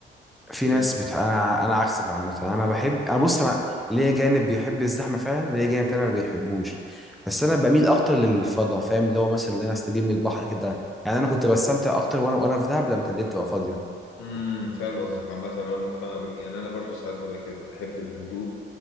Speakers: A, in the centre; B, on the left (about 80°).
A: في ناس
B: إيه؟
A: بت... انا انا عكسك عامه انا بحب انا بص انا ليا جانب بيحب الزحمه فعلا وليا جانب تاني ما بيحبوش بس انا بميل اكتر للفضاء فاهم اللي هو مثلا اللي انا استجم من البحر كده يعني انا كنت بستمتع اكتر وانا وانا في دهب لما كانت الدنيا تبقى فاضيه
B: امم فاهم قصدك عامه انا مقتنع ب... يعني انا برضو ساعات ببقى كده بحب الهدوء